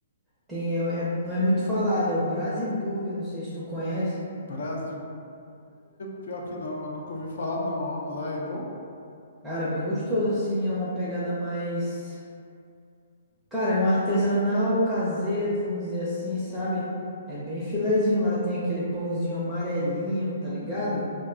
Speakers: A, in the centre; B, on the left (about 70°).
A: tem é- é- não é muito falado, é o Brasiburger, não sei se tu conhece.
B: Brás pior que não, mano, nunca ouvi falar não, ó. Lá é bom?
A: Cara, é bem gostoso assim, é uma pegada mais Cara, é um artesanal caseiro, vamos dizer assim, sabe? É bem filezinho lá, tem aquele pãozinho amarelinho, tá ligado?